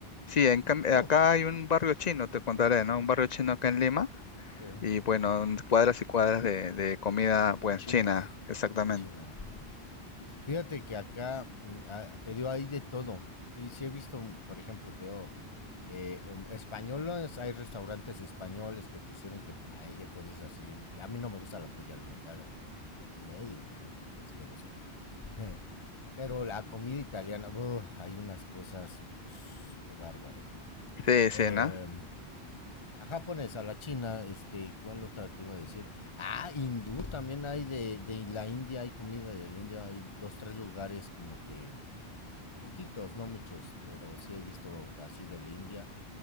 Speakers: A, on the left; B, on the left.
A: Sí, en cambio,
B: Mm,
A: acá hay un barrio chino, te contaré, ¿no? Un barrio chino acá en Lima.
B: que
A: Y bueno, cuadras y cuadras de, de comida, pues,
B: de chinos
A: china,
B: y
A: exactamente.
B: y China. Fíjate que acá, mm, ah, te digo, hay de todo. Sí, sí he visto, mm, por ejemplo, te digo, eh, em, españoles, hay restaurantes españoles que te sirven que paella, cosas así. A mí no me gusta la paella, me caga. De- ¡Ugh! no, es asqueroso. <laughs> Pero la comida italiana, ¡buh! hay unas cosas, <sniffs> qué bárbaro.
A: Sí, sí,
B: Em,
A: ¿no?
B: la japonesa, la china, este, ¿cuál otra te iba a decir? Ah, hindú también hay de, de la India, hay comida de la India, hay dos, tres lugares como que poquitos, no muchos, pero sí he visto así de la India.